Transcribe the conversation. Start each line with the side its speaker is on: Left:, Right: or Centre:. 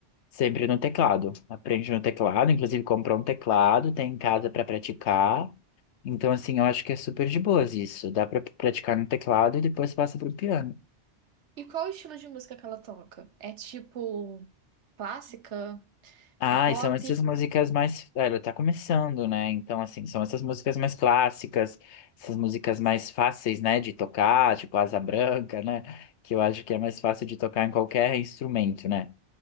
Left: Sempre no teclado. Aprende no teclado, inclusive comprou um teclado, tem em casa para praticar. Então, assim, eu acho que é super de boas isso. Dá para praticar no teclado e depois passa para o piano.
Right: E qual o estilo de música que ela toca? É tipo clássica?
Left: Ah,
Right: É pop?
Left: e são essas
Right: <laughs>
Left: músicas mais. Ela tá começando, né? Então, assim, são essas músicas mais clássicas, essas músicas mais fáceis, né, de tocar, tipo Asa Branca, né? Que eu acho que é mais fácil de tocar em qualquer instrumento, né?